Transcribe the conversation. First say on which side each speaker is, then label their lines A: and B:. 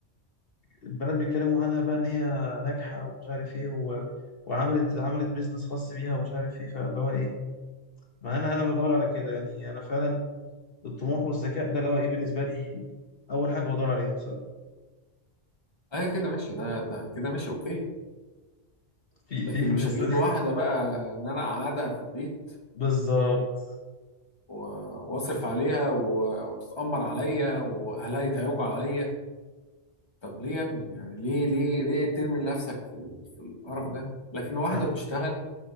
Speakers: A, on the left; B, on the left.
A: البنات بيتكلموا عنها بقى ان هي ناجحه ومش عارف ايه و... وعملت عملت بيزنس خاص بيها ومش عارف ايه فاللي هو ايه ما انا انا بدور على كده يعني انا فعلا الطموح والذكاء ده اللي هو ايه بالنسبه لي اول حاجه بدور عليها بصراحه
B: اه كده ماشي ده ده كده ماشي اوكي
A: في
B: لكن
A: في فلوس
B: مش هجيب واحده بقى ان انا اقعدها في البيت
A: <laughs> بالظبط
B: و- واصرف عليها و- وتتأمر عليا واهلها يتعوجوا عليا طب ليه يا ابني يعني ليه ليه ليه ترمي نفسك في ال- في القرف ده لكن واحده
A: أنا-
B: بتشتغل